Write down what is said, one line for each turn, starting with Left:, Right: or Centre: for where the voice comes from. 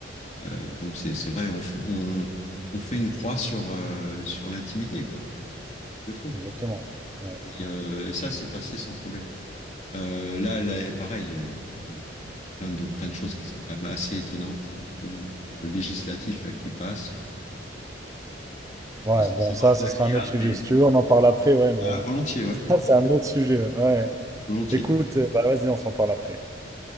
Left: euh, donc c'est c'est vrai, on, fait- on, on fait une croix sur, euh, sur l'intimité, quoi. C'est un truc de faux.
Right: Exactement. Ouais,
Left: Et,
Right: ouais.
Left: euh, et ça, c'est passé sans problème. Euh, là, là, pareil, euh, il enfin bon, il y a plein de, plein de choses qui sont quand même assez étonnantes euh, au niveau euh, législatif là, qui passent. euh,
Right: Ouais,
Left: et ça,
Right: bon,
Left: c'est
Right: ça,
Left: Tu
Right: ce
Left: parles
Right: sera
Left: de l'IA,
Right: un autre sujet.
Left: mais
Right: Si tu veux, on en parle après, ouais, mais
Left: ah,
Right: euh,
Left: volontiers, ouais,
Right: <laughs> ça, c'est un autre sujet. Ouais. Ouais.
Left: volontiers.
Right: Écoute, euh, bah vas-y, on s'en parle après.